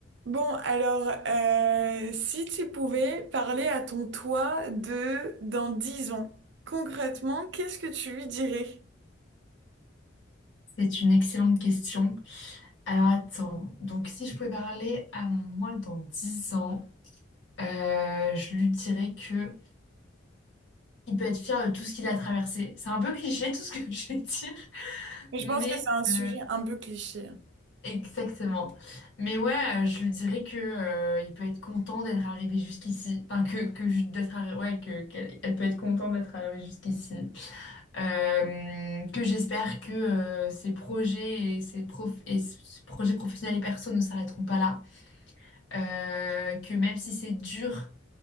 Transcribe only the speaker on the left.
C'est une excellente question. Alors attends, donc si je pouvais parler à mon moi dans 10 ans, euh, je lui dirais que il peut être fier de tout ce qu'il a traversé. C'est un peu cliché tout ce que <laughs> je vais dire,
mais
euh,
exactement. Mais ouais, euh, je lui dirais que euh, il peut être content d'être arrivé jusqu'ici. Enfin que, que je- d'être arri- ouais que qu'elle elle peut être contente d'être arrivée jusqu'ici. Euh, que j'espère que euh, ces projets et ces prof- et ce projet professionnel et perso ne s'arrêteront pas là. Euh, que même si c'est dur,